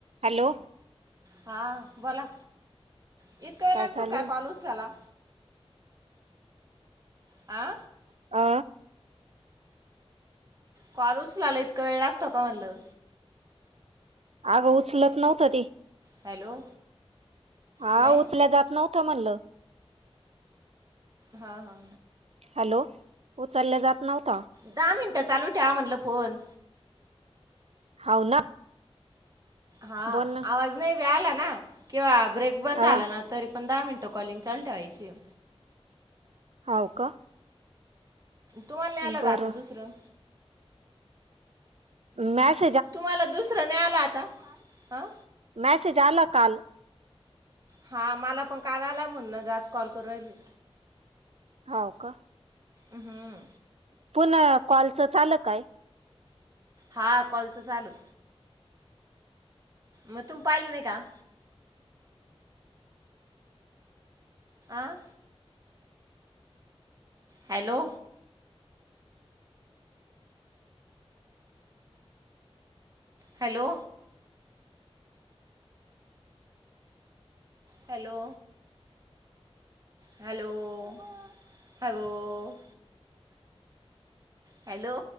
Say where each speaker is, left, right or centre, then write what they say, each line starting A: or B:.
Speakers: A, on the right; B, on the right.
A: Hello
B: हा बोला इतकां वेळ लागतो
A: चालू
B: काय
A: आहे
B: कॉल उसल्याला आ
A: आ
B: कॉल उचलला इतका वेळ लागतो का म्हटल
A: आगं उचलत नव्हता ते
B: हॅलो
A: हा
B: नाही
A: उचल्या जात नव्हत त म्हणलं
B: हा हा हा
A: हॅलो उचलले का? नव्हता
B: दहा मिनटं चालू ठ्या म्हणलं फोन
A: हाव ना
B: हा
A: बोल ना
B: आवाज नाही ब आला ना केव्हा? ब्रेक बंद
A: अ
B: झाला ना तरी पण दहा मिनटं कॉलिंग चालू ठेवाय <unintelligible>
A: होव का
B: तुम्हाला न आलं
A: बरं
B: का आता दुसरं
A: मॅस
B: तुम्हाला दुसरं नाही आला आता? आा
A: मैसेज आला काल
B: हा मला पण काल आला म्हण न आज कॉल करू राहिले.
A: हो का
B: अम् हम
A: पुण कॉलचं चाल काय
B: हा कॉल च चालू म तुम्ही पायल नाही का? आं हॅलो हॅलो हॅलो हॅलो हो हॅलो